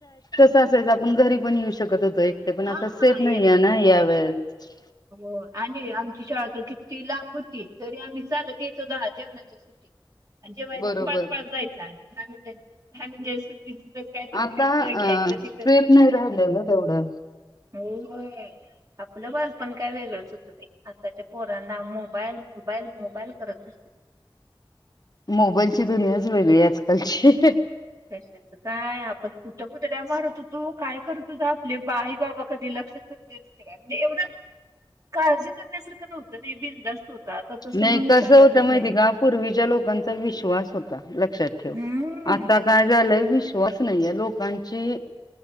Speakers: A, on the left; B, on the right.
A: तसंच आपण घरी पण येऊ शकत होतो. एकटे पण
B: हा
A: आता सेफ नये
B: येत होतो
A: ना
B: होय.
A: यावेेळेस.
B: हो, आणि आमची शाळा तर किती लांब होती. तरी आम्ही चालत यायचो, दहा जेवणाच्या सुट्टीत आणि जेवायचं
A: बरोबर
B: आणि पळत पळत जायचं. दहा मिनटं, दहा मिनटं, दहा मिनटं सुट्टी त काय तर
A: आता
B: खायचं
A: अ
B: घ्यायचं तिथं,
A: सेफ नाही राहिलं गं तेवढं.
B: होय होय. आपलं बालपण काय वेगळंच होतं बाई. आताच्या पोरांना मोबाईल, मोबाईल, मोबाईल करत बसत्याती.
A: मोबाईलची दुनियाच वेगळी आजकालची.
B: अश, काय आपण कुठं हुदड्या‌ मारत होतो, काय करत होतो. आपले बाई बाबा कधी लक्ष तरी देत. म्हणजे, एवढं काळजी करण्यासारखं नव्हतं नी बिनधास्त होतं. आता तसं
A: नाही
B: म्हणून
A: कसं
B: चालतच
A: होतं
B: नाही.
A: माहिती का पूर्वीच्या लोकांचा विश्वास होता. लक्षात ठेव
B: हम्म
A: आता काय, <unintelligible> विश्वास नाहीे ये लोकांची,